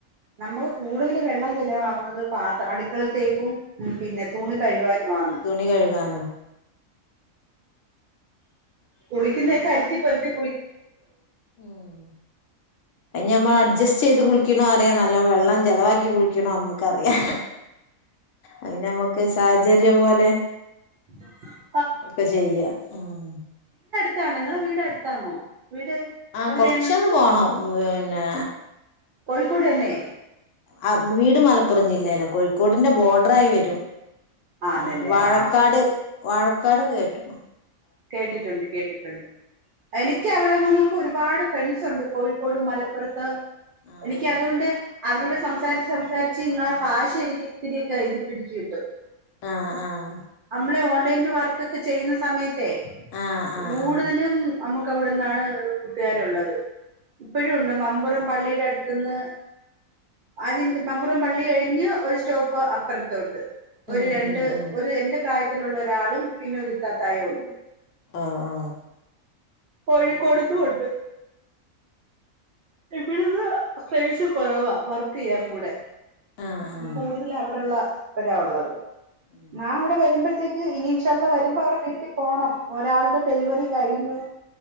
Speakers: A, on the right; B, on the left.
A: നമുക്ക് കൂടുതൽ വെള്ളം ചിലവാവുന്നത് പാത്ര അടുക്കളത്തേക്കും ഉം പിന്നെ തുണി കഴുവാനുമാണ്
B: തുണി കഴുകാനും
A: കുളിക്കുന്നക്കെ അരുത്തി <unintelligible>
B: ഉം അത് നമ്മള് അഡ്ജസ്റ്റ് ചെയ്ത് കുളിക്ക്ണോ അറിയാ നല്ലോം വെള്ളം ചെലവാക്കി കുളിക്കണോ നമ്മക്കറിയാ അതിന് നമക്ക് സാഹചര്യം പോലെ
A: <inaudible>
B: ഒക്കെ ചെയ്യാ ഉം
A: <unintelligible> വീട് അടുത്താന്നോ വീട്
B: ആ
A: എവിടെയാണ്
B: കൊറച്ചൊന്ന് പോണം വനേ
A: കോഴിക്കോട് ന്നെ
B: ആ വീട് മലപ്പുറം ജില്ലേ ല്ലാ കോഴിക്കോടിന്റെ ബോഡറായി വരും
A: ആന്നല്ലേ
B: ഹേ വാഴക്കാട്
A: ആ
B: വാഴ ക്കാട് കേട്ടക്കും
A: കേട്ടിട്ടുണ്ട് കേട്ടിട്ടുണ്ട് എനിക്ക് അവിടെ നമുക്ക് ഒരുപാട് ഫ്രണ്ട്സ് ഒണ്ട് കോഴിക്കോട് മലപ്പുറത്ത്
B: ആഹ്
A: എനിക്ക് അതുകൊണ്ട്
B: ആഹ്
A: അവരോട് സംസാരിച്ച് സംസാരിച്ച് ങ്ങളെ ഭാഷ എനിക്ക് ഇത്തിരിയൊക്കെ ഇത് പിടിച്ച് കിട്ടും
B: ആഹ് ആഹ്
A: നമ്മളെ ഓ ലൈൻ വർക്കൊക്കെ ചെയ്യുന്ന സമയത്ത് <unintelligible>
B: ആഹ് ആഹ്
A: കൂടുതലും
B: ആഹ്
A: നമുക്ക് അവിടന്നാണ് കൂട്ടുകാരൊ ള്ളത് ഇപ്പഴും ഒണ്ട് മമ്പുറം പള്ളിയുടെ അടുത്തുന്ന് അതിന്റെ മമ്പുറം പള്ളി കഴിഞ്ഞ് ഒരു സ്റ്റോപ്പ് അപ്പുറത്തോട്ട് ഒരു
B: ഉം
A: രണ്ട്
B: ഉം ഉം
A: ഒരു എന്റെ പ്രായത്തി ത്തിലുള്ള ഒരാളും പിന്നെ ഒരുരുത്തത്തായും ഒണ്ട്
B: ആ ആ
A: കോഴിക്കോട്ന്നും ഒണ്ട് ഇവിട്ന്ന് ഫ്രണ്ട്സ് കൊറവാ വർക്ക് ചെയ്യാൻ കൂടെ
B: ആഹ് ആഹ്
A: കൂടുതൽ അവിടൊള്ള വരാവുള്ളത്
B: ഉം
A: നാ ഇവിടെ വരുമ്പോഴത്തേ ഇനി ൻഷാഅള്ളാ വരുമ്പോ അവടെ വീട്ടി പോണം ഒരാളുടെ ഡെലിവറി കഴിഞ്ഞു